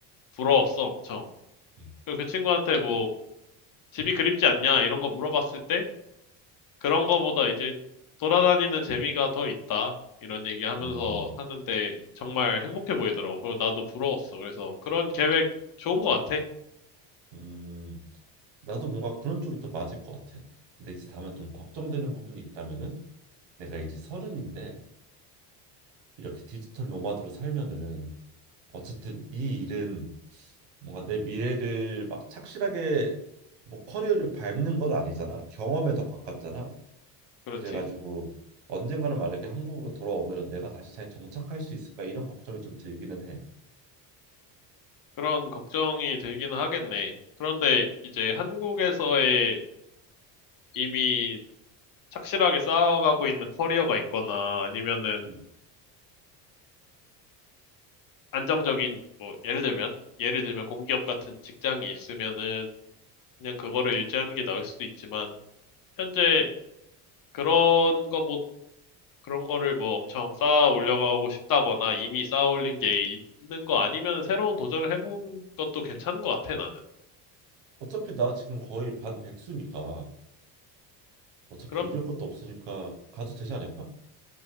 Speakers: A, on the left; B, on the right.
A: 부러웠어, 엄청.
B: 음,
A: 그리고 그 친구한테 뭐 집이 그립지 않냐 이런 거 물어봤을 때 그런 거보다 이제 돌아다니는 재미가 더 있다. 이런 얘기 하면서
B: 음.
A: 하는데 정말 행복해 보이더라고. 그리고 나도 부러웠어. 그래서 그런 계획 좋은 거 같아.
B: 음, 나도 뭔가 그런 쪽이 더 맞을 것 같아. 근데 이제 다만 좀 걱정되는 부분이 있다면은 내가 이제 서른인데 이렇게 디지털 노마드로 살면은 어쨌든 이 일은 뭔가 내 미래를 막 착실하게 뭐 커리어를 밟는 건 아니잖아. 경험에 더 가깝잖아.
A: 그렇지.
B: 그래가지고 언젠가는 만약에 한국으로 돌아오면은 내가 다시 잘 정착할 수 있을까 이런 걱정이 좀 들기는 해.
A: 그런 걱정이 들기는 하겠네. 그런데 이제 한국에서의 이미 착실하게 쌓아가고 있는 커리어가 있거나 아니면은
B: 음.
A: 안정적인 뭐 예를 들면 예를 들면 공기업 같은 직장이 있으면은 그냥 그거를 유지하는 게 나을 수도 있지만 현재 그런 거보다 그런 거를 뭐 엄청 쌓아 올려가고 싶다거나 이미 쌓아 올린 게 있는 거 아니면 새로운 도전을 해본 것도 괜찮은 것 같아, 나는.
B: 어차피 나 지금 거의 반 백수니까 어차피
A: 그럼,
B: 잃을 것도 없으니까 가도 되지 않을까?